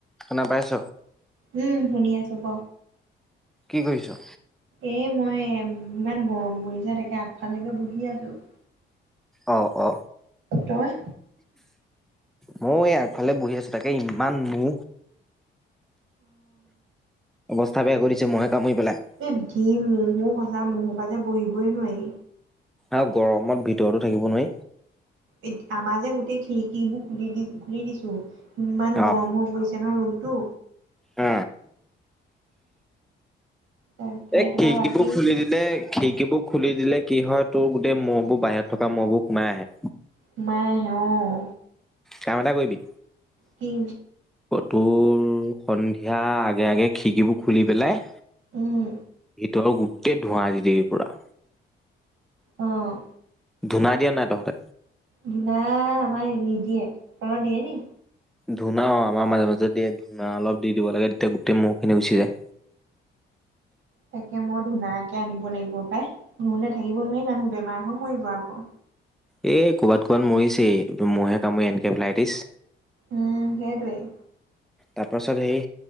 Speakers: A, in the centre; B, on the right.
A: শুনা পাইছ?
B: উম শুনি আছো ক
A: কি কৰিছ?
B: এ মই ইমান গৰম পৰিছে তাকে আগফালেকে বহি আছো।
A: অ অ।
B: তই?
A: মই এই আগফালে বহি আছো, তাকে ইমান মহ! অৱস্থা বেয়া কৰি দিছে মহে কামুৰি পেলাই।
B: এই যি ম'হ ঔ সঁচা ম'হৰ পৰা যে বহিবই নোৱাৰি।
A: আৰু গৰমত ভিতৰতো থাকিব নোৱাৰি।
B: এ আমাৰ যে গোটেই খিৰিকী বোৰ খুলি দি খুলি দিছো ইমান
A: অ
B: গৰমো পৰি <unintelligible> ৰুমটো।
A: আ।
B: তাকে
A: এই
B: তোমাৰ
A: খিৰিকিবোৰ
B: বাকী
A: খুলি দি লে খিৰিকিবোৰ খুলি দিলে কি হয় তোৰ গোটেই মহ'বোৰ বাহিৰত থকা মহ'বোৰ সোমাই আহে।
B: সোমাই আহে অঁ।
A: কাম এটা কৰিবি
B: কি?
A: অ তোৰ সন্ধিয়া আগে আগে খিকিবোৰ খুলি পেলাই,
B: উম
A: ভিতৰৰ গোটেই ধোঁৱা দি দিবি পোৰা।
B: অঁ।
A: ধূনা দিয় নে নাই তহঁতে?
B: ধূনা আমাৰ নিদিয়ে, তহঁত দিয়ে নি?
A: ধূনা অঁ আমাৰ মাজে মাজে দিয়ে, ধূনা অলপ দি দিব লাগে তেতিয়া গোটেই ম'হ খিনি গুচি যায়।
B: তাকে মই ধূনাকে আনিব লাগিব পাই, নহ'লে থাকিব নোৱাৰি মানুহ বেমাৰ হৈ মৰিব আকৌ।
A: এই ক'ৰবাত ক'ৰবাত মৰিছেই ম'হে কামুৰি এন কে ফ্লাইটিজ।
B: উম সেইটোৱেই।
A: তাৰপাছত হেৰি,